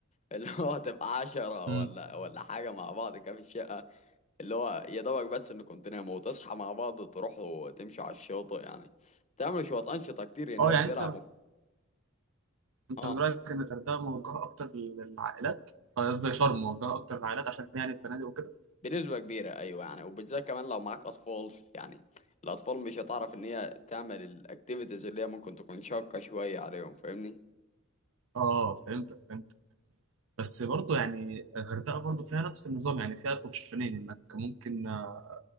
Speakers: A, on the left (about 35°); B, on the right (about 65°).
A: اللي هو <laughs> تبقى عشرة
B: مم.
A: ولا ولا حاجه مع بعض كده في الشقه اللي هو يا دوبك بس انكم تناموا وتصحى مع بعض تروحوا تمشوا على الشاطئ يعني تعملوا شويه انشطه كتير هناك
B: اه يعني
A: تلعبوا
B: انت انت
A: اه
B: من رايك ان الغردقه موجهه اكتر للعائلات آه، قصدي شرم موجهه اكتر للعائلات عشان يعني الفنادق وكده
A: بنسبة كبيرة أيوة يعني وبالذات كمان لو معاك أطفال يعني الأطفال مش هتعرف إن هي تعمل الأكتيفيتيز اللي هي ممكن تكون شاقة شوية عليهم فاهمني
B: اه فهمتك فهمتك بس برضه يعني الغردقه برضه فيها نفس النظام يعني فيها الاوبشنين انك ممكن آه،